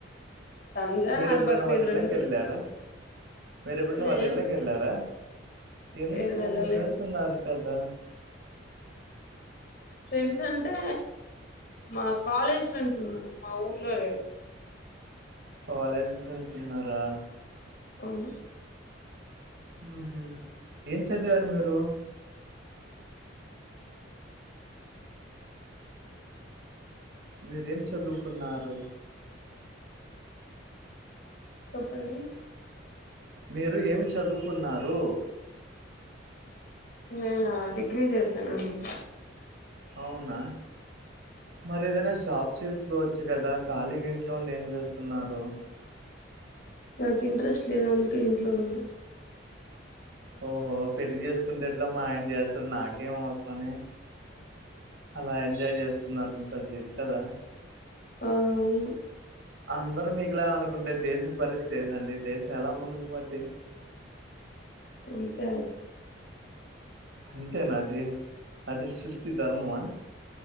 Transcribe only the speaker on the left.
రంజాన్
ఆర్
బక్రీద్
రెండు
లేదు
లేదు వెళ్ళలేదు
ఫ్రెండ్స్ అంటే మా కాలేజ్ ఫ్రెండ్స్ ఉన్నారు మా ఊర్లో లేరు
అవును
చెప్పండి
నేనా డిగ్రీ చేశానండి
నాకు ఇంట్రెస్ట్ లేదు అందుకే ఇంట్లో ఉన్న
ఆ అవును
అంతే